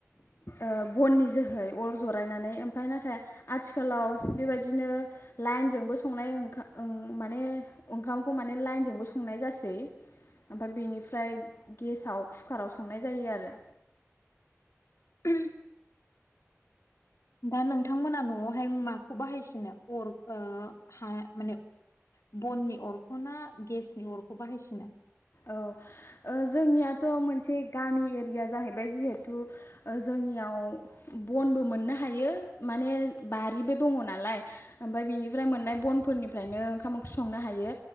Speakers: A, on the left; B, on the left.
A: ओ बननि जोहै अर जरायनानै ओमफ्राय नाथाय आथिखालाव बेबायदिनो लाइनजोंबो संनाय ओं माने ओंखामखौ माने लाइनजोंबो संनाय जासै ओमफ्राय बेनिफ्राय गेसाव कुकाराव संनाय जायो आरो
B: औ दा नोंथांमोना न'आवहाय माखौ बाहायसिनो अर ओ ह माने बननि अरखौ ना गेसनि अरखौ बाहायसिनो
A: औ ओ जोंनियाथ' मोनसे गामि एरिया जाहैबाय जिहेथु ओ जोंनियाव बनबो मोननो हायो माने बारिबो दङ नालाय ओमफ्राय बेनिफ्राय मोननाय बनफोरनिफ्रायनो ओंखाम ओंख्रि संनो हायो